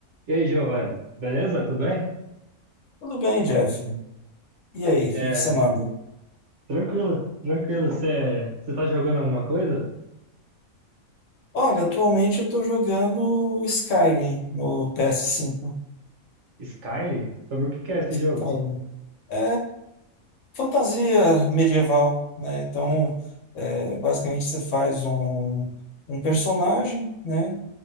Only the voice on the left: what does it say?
Tudo bem, Jeff. E aí, o
que que você manda?
Olha, atualmente eu tô jogando Skyrim no PS5.
Skyrim.
É fantasia medieval, né? Então, é, basicamente você faz um, um personagem, né?